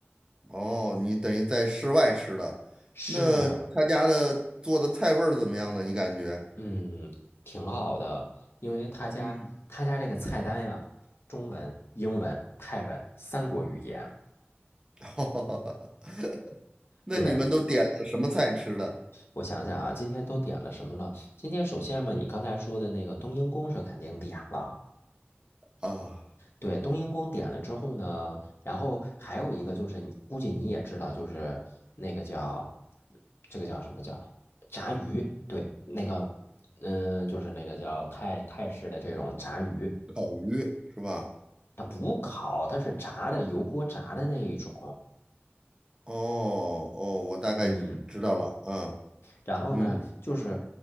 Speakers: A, on the right (about 20°); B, on the left (about 65°).
A: 哦，你等于在室外吃的，
B: 是
A: 那他家的做的菜味儿怎么样呢？你感觉？
B: 嗯挺好的，因为他家他家这个菜单呀，
A: 嗯，
B: 中文、英文、泰文三国语言。
A: <laughs> 那你们都点了什么菜吃的
B: 对，我想想啊，今天都点了什么了？今天首先嘛，你刚才说的那个冬阴功是肯定点了。
A: 啊？
B: 对，冬阴功点了之后呢，然后还有一个就是你，估计你也知道，就是那个叫这个叫什么叫炸鱼？对，那个嗯、呃就是那个叫泰泰式的这种炸鱼，
A: 烤鱼是吧？
B: 它不烤，它是炸的，油锅炸的那一种。
A: 哦哦，我大概知道了，
B: 嗯。
A: 啊，
B: 然后呢，
A: 嗯，
B: 就是，